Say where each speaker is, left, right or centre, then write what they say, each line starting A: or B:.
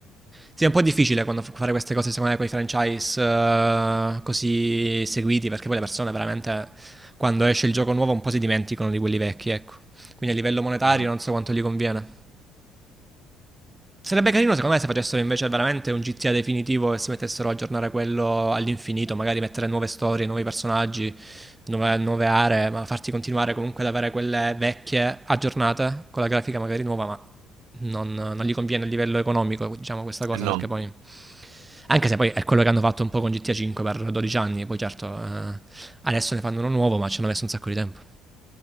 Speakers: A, on the right; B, on the right.
A: Sì, è un po' difficile quando f- fare queste cose, secondo me, con i franchise eh, così seguiti, perché poi le persone veramente, quando esce il gioco nuovo, un po' si dimenticano di quelli vecchi, ecco. Quindi a livello monetario
B: Mm.
A: non so quanto gli conviene. Sarebbe carino secondo me se facessero invece veramente un GTA definitivo e si mettessero a aggiornare quello all'infinito, magari mettere nuove storie, nuovi personaggi, nuove, nuove aree, ma farti continuare comunque ad avere quelle vecchie aggiornate con la grafica magari nuova, ma non, non gli conviene a livello economico, diciamo questa cosa,
B: Eh no.
A: perché poi... Anche se poi è quello che hanno fatto un po' con GTA 5 per 12 anni, poi certo eh, adesso ne fanno uno nuovo, ma ci hanno messo un sacco di tempo.